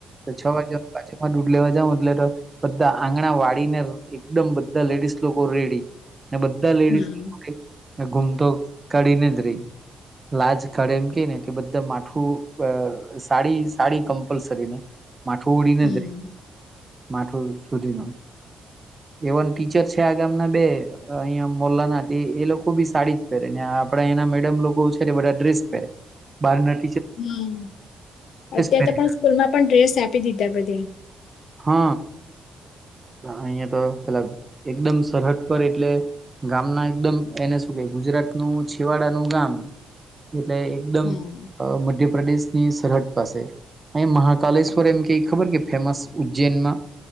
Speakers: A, on the right; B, on the left.
A: તો છ વાગ્યામાં પાછામાં દૂઢ લેવા જાઉં એટલે તો બધા આંગણા વાળીને એકદમ બધા લેડીસ લોકો રેડી. ને બધા લેડીસ
B: હા.
A: લોકોએ ગુમતો કાઢીને જ રે. લાજ કાઢે એમ કે ને એટલે બધા માઠું અ સાડી સાડી કમ્પલસરીને માથું ઉડીને
B: હમ
A: જાય માથું સુધીમાં એવન ટીચર છે આ ગામના બે અહિયાં મોલ્લાના તે એ લોકો બી સાડી જ પહેરેને આ આપણે અહીંના મેડમ લોકો છે તે બધા ડ્રેસ પહેરે બારના
B: હમ અત્યારે
A: પહેરે
B: તો પણ સ્કૂલમાં પણ ડ્રેસ આપી દીધા બધે.
A: હહ અહિયાં તો પેલા એકદમ સરહદ પર એટલે ગામના એકદમ એને શું કે ગુજરાત નું છેવાડાનું ગામ એટલે એકદમ
B: હમ
A: અ મધ્ય પ્રદેશની સરહદ પાસે અહીં મહાકાલેશ્વર એમ કે ઈ ખબર કે ફેમસ ઉજ્જૈનમાં.